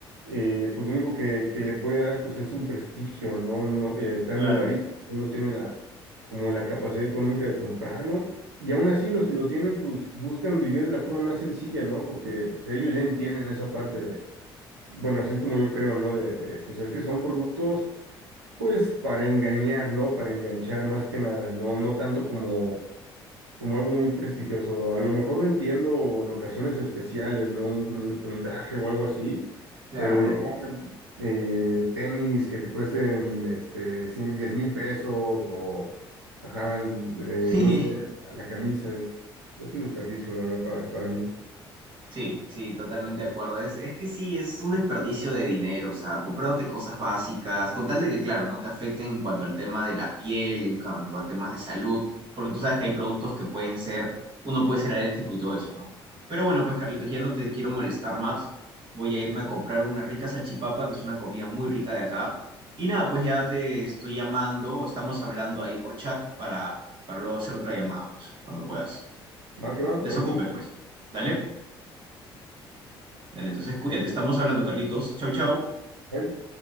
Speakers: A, on the right; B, on the right.
A: eh, pues lo único que, que le puede dar, pues es un prestigio, ¿no? No, eh, está
B: Claro,
A: endeudadito, no tiene la, como la capacidad económica de comprarlo y aún así los que lo tienen, pues buscan vivir de la forma más sencilla, ¿no? Porque o sea, ellos ya entienden esa parte de, bueno, así es como yo creo, ¿no? De, de, pues es que son productos... Pues para engañar, ¿no? Para enganchar más que nada, no, no tanto como como algo muy prestigioso. A lo mejor lo entiendo en ocasiones especiales, ¿no? Un, un- un traje o algo así,
B: claro.
A: pero ya eh, tenis que te cuesten este, 100 diez mil pesos o, ajá, el- eh,
B: <laughs> Sí,
A: no sé, la camisa es, es un desperdicio, la verdad, para, para mí.
B: Sí, sí, totalmente de acuerdo. Es, es que sí, es un desperdicio de dinero, o sea, comprándote cosas básicas, con tal de que, claro, no te afecten en cuanto al tema de la piel, en cuanto a temas de salud, porque tú sabes que hay productos que pueden ser, uno puede ser alérgico y todo eso, ¿no? Pero bueno, pues Carlitos, ya no te quiero molestar más. Voy a irme a comprar una rica salchipapa, que es una comida muy rica de acá. Y nada, pues ya te estoy llamando o estamos hablando ahí por chat para, para luego hacer otra llamada, pues, cuando puedas.
A: Va que va,
B: No te desocupes,
A: ahí está.
B: pues. ¿Dale? Dale, entonces cuídate. Estamos hablando, Carlitos. Chau, chau.
A: Bye.